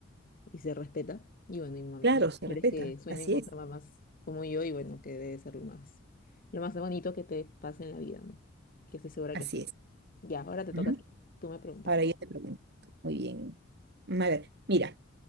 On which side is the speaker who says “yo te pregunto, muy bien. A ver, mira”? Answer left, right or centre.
Right